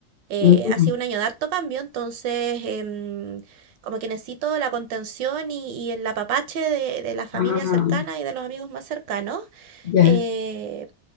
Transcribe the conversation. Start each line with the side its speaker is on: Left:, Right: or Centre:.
Right: eh,
Left: Mm,
Right: ha sido un año de harto cambio, entonces em, como que necesito la contención y, y el apapache de, de la familia
Left: ah,
Right: cercana y de los amigos más cercanos.
Left: ya.
Right: eh,